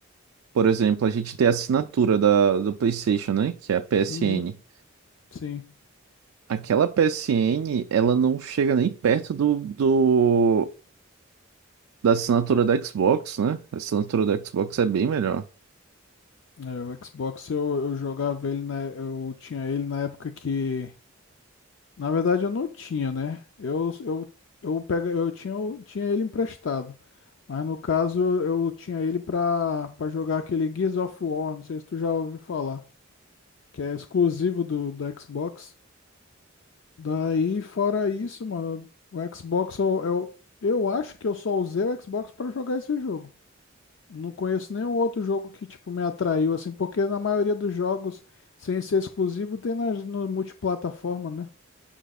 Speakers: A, on the right (about 85°); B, on the left (about 60°).
A: Por exemplo, a gente tem a assinatura da, do PlayStation, né? Que é a PSN.
B: Uhum. Sim.
A: Aquela PSN, ela não chega nem perto do, do- da assinatura da Xbox, né? A assinatura da Xbox é bem melhor.
B: É, o Xbox eu, eu jogava ele, na, eu tinha ele na época que Na verdade, eu não tinha, né? Eu, eu, eu, pega, eu tinha, eu tinha ele emprestado. Mas no caso, eu tinha ele pra, pra jogar aquele Gears of War. Não sei se tu já ouviu falar. Que é exclusivo do, da Xbox. Daí, fora isso, mano, o Xbox, eu, eu, eu acho que eu só usei o Xbox pra jogar esse jogo. Não conheço nenhum outro jogo que, tipo, me atraiu, assim, porque na maioria dos jogos, sem ser exclusivo, tem nas, no multiplataforma, né?